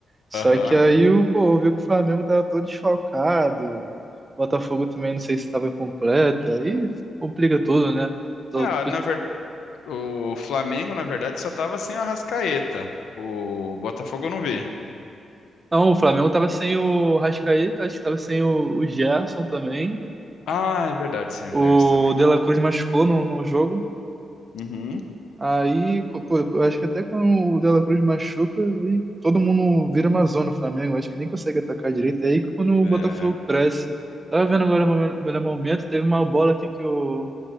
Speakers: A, on the right; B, on the left.
A: Só
B: Aham.
A: que aí o pô, viu que o Flamengo tava todo desfalcado. O Botafogo também não sei se estava completo. Aí complica tudo, né? Tô-
B: Ah, na verdade, o Flamengo, na verdade, só tava sem o Arrascaeta. O Botafogo eu não vi.
A: Não, o Flamengo tava sem o Rascaeta, acho que tava sem o, o Gerson também.
B: Ah, é verdade, sem
A: O
B: o Gerson também.
A: De La Cruz machucou no, no jogo.
B: Uhum.
A: Aí, co- pô, eu acho que até quando o De La Cruz machuca, aí todo mundo vira uma zona, o Flamengo. Acho que nem consegue atacar direito. É aí que quando o
B: É.
A: Botafogo cresce. Tava vendo agora o melhor momento, teve uma bola aqui que o